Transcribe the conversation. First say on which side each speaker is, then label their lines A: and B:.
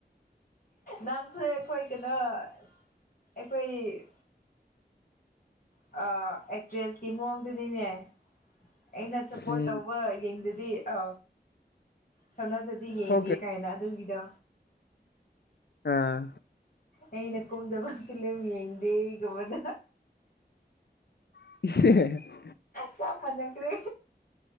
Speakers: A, on the left; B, on the left.
A: ꯅꯪꯁꯨ ꯑꯩꯈꯣꯏ ꯀꯩꯅꯣ ꯑꯩꯈꯣꯏ ꯑ ꯑꯦꯛꯇ꯭ꯔꯦꯁꯀꯤ ꯃꯑꯣꯡꯗꯨꯅꯤꯅꯦ ꯑꯩꯅ ꯁꯄꯣꯔꯠ
B: ꯎꯝ
A: ꯇꯧꯕ ꯌꯦꯡꯗꯨꯗꯤ ꯑ ꯁꯅꯗꯗꯤ ꯌꯦꯡꯗꯦ
B: ꯊꯣꯛꯇ꯭ꯔꯦ
A: ꯀꯥꯏꯅ ꯑꯗꯨꯒꯤꯗꯣ
B: ꯑꯥ
A: ꯑꯩꯅ ꯀꯨꯝꯗꯕ ꯐꯤꯂꯝ ꯌꯦꯡꯗꯦꯒꯨꯝꯕꯗ
B: <inaudible>
A: ꯆꯞ ꯃꯥꯟꯅꯈ꯭ꯔꯦ